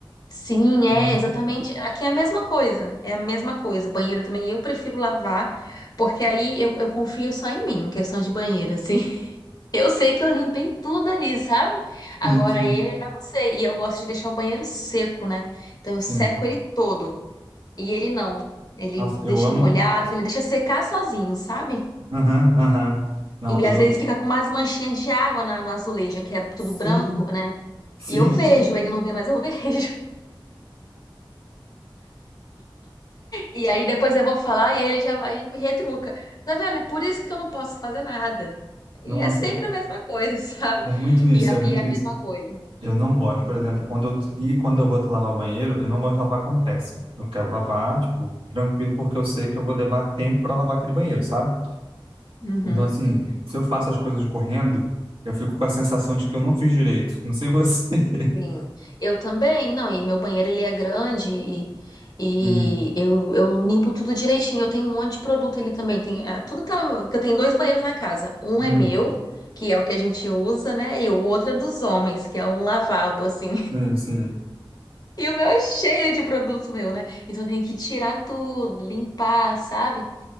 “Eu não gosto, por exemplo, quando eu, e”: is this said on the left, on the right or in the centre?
Right